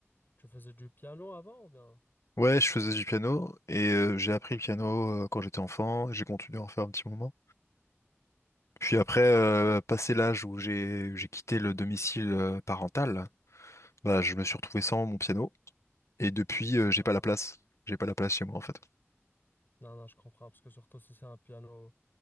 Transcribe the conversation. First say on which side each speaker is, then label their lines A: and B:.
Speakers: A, on the left; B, on the left.
A: tu faisais du piano avant ou bien?
B: Ouais, je faisais du piano et euh, j'ai appris le piano euh, quand j'étais enfant. J'ai continué à en faire un petit moment. Puis après, euh, passé l'âge où j'ai j'ai quitté le domicile euh, parental. Bah, je me suis retrouvé sans mon piano et depuis, euh,
A: Ah,
B: j'ai pas la place. J'ai pas la place chez moi en fait.
A: non, non, je comprends. Parce que surtout si c'est un piano,